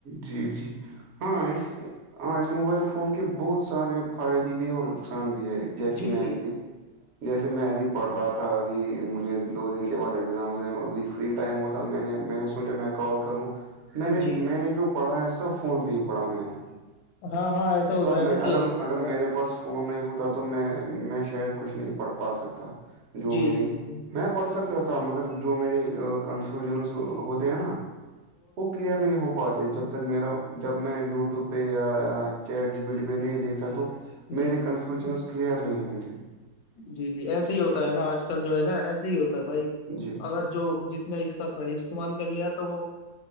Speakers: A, on the right (about 55°); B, on the left (about 90°).
A: جی جی ہاں اس ہاں اس موبائل فون کے بہت سارے فائدے بھی اور نقصان بھی ہے جیسے
B: جی
A: میں
B: جی
A: کہ
B: جی
A: جیسے میں ابھی پڑھ رہا تھا ابھی مجھے دو دن کے بعد ایگزامز ہیں ابھی فری ٹائم ہوتا میں نے میں نے سوچا میں کال کر لوں میں نے
B: جی جی
A: میں نے جو پڑا ہے سب فون پہ ہی پڑا میں نے
B: ہاں ہاں ایسا ہوتا
A: سب
B: ہے
A: میں
B: نا کہ
A: اگر اگر
B: ہاں
A: میرے پاس فون نہیں ہوتا تو میں میں شاید کچھ نہیں پڑھ پا سکتا جو
B: جی
A: میرے
B: جی جی
A: میں پڑھ سکتا تھا مگر جو میرے کنفیوژنز ہوتے ہیں نا وہ پلیئر نہیں ہو پاتے جب تک میرا جب میں یوٹیوب پہ یا چیٹ جی بی ڈ پہ نہیں دیکھتا تو میرے
B: جی جی
A: کنفیوژن کلیئر نہیں ہوں گے
B: جی جی ایسے ہی ہوتا ہے نا آج کل جو ہے نا ایسے ہی ہوتا ہے بھائی
A: جی
B: اگر جو جس نے اس کا صحیح استعمال کر لیا تو وہ